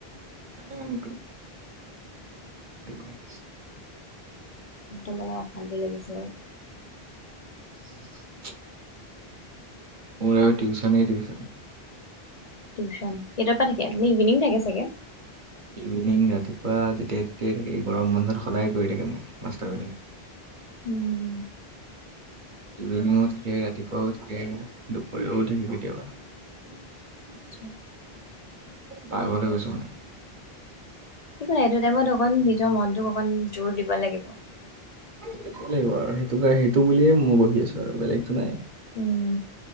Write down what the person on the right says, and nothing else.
উম <unintelligible>
<inaudible> মোৰ আৰু টিউচনেই টিউচন।
ইভিনিং ৰাতিপুৱা যেতিয়াই-তেতিয়াই থাকে, এই গৰম বন্ধত সদায় কৰি থাকে মোক মাষ্টাৰবিলাকে।
ইভিনিংও থাকে, ৰাতিপুৱাও থাকে, দুপৰীয়াও থাকে কেতিয়াবা।
পাগল হৈ গৈছো মানে।
দিব লাগিব আৰু সেইটো সেইটো বুলিয়ে মই বহি আছো আৰু বেলেগতো নাই।